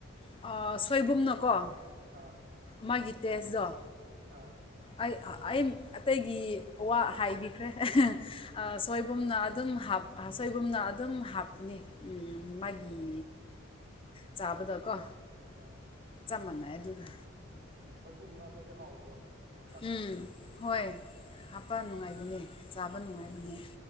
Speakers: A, on the left; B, on the right.
A: ꯑ ꯁꯣꯏꯕꯨꯝꯅꯀꯣ
B: ꯑꯥ
A: ꯃꯥꯒꯤ ꯇꯦꯁꯗꯣ
B: ꯍꯥꯥ
A: ꯑꯩ ꯑꯩ ꯑꯇꯩꯒꯤ ꯋꯥ ꯍꯥꯏꯕꯤꯈ꯭ꯔꯦ ꯑ ꯁꯣꯏꯕꯨꯝꯅ ꯑꯗꯨꯝ ꯍꯥꯞ ꯁꯣꯏꯕꯨꯝꯅ ꯑꯗꯨꯝ ꯍꯥꯞꯄꯅꯤ ꯎꯝ
B: ꯑꯣ
A: ꯃꯥꯒꯤ ꯆꯥꯕꯗꯀꯣ
B: ꯑꯥ
A: ꯆꯞ ꯃꯥꯟꯅꯩ ꯑꯗꯨꯒ
B: ꯑꯣ ꯁꯣꯏꯕꯨꯝ ꯍꯥꯞꯄꯁꯦ ꯍꯥꯎꯕ꯭ꯔꯣ ꯑꯣꯛꯁꯥꯗ
A: ꯎꯝ ꯍꯣꯏ ꯍꯥꯞꯄ ꯅꯨꯡꯉꯥꯏꯕꯅꯦ ꯆꯥꯕ ꯅꯨꯡꯉꯥꯏꯕꯅꯦ
B: ꯑꯣ